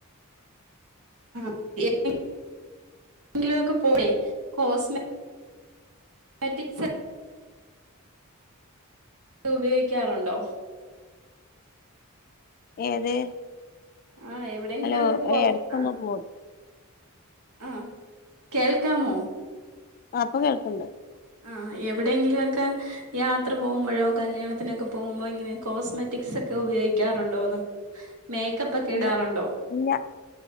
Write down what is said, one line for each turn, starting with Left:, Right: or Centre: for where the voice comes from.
Right: <unintelligible> ലൊക്കെ പോയി കോസ്മ മാറ്റിക്സ് ഇത് ഉപയോഗിക്കാറുണ്ടോ?
Left: ഏത്?
Right: ആഹ് എവിടെങ്കിലുഒക്കെ
Left: ഹലോ
Right: പൊറ
Left: എടക്കൊന്ന്
Right: ആ
Left: പോയി
Right: ആഹ്, കേൾക്കാമോ?
Left: ആഹ്, പ്പൊ കേൾക്കണ്ട്.
Right: ആഹ്, എവിടെങ്കിലു ഒക്കെ ഹ് യാത്ര പോകുമ്പോഴോ കല്യാണത്തിനൊക്കെ പോകുമ്പോ, ഇങ്ങനെ കോസ്മെറ്റിക്സ് ഒക്കെ ഉപയോഗിക്കാറുണ്ടോന്ന്? <inaudible> ഒക്കെ
Left: ഇല്ല,
Right: ഇടാറുണ്ടോ
Left: ഇല്ല,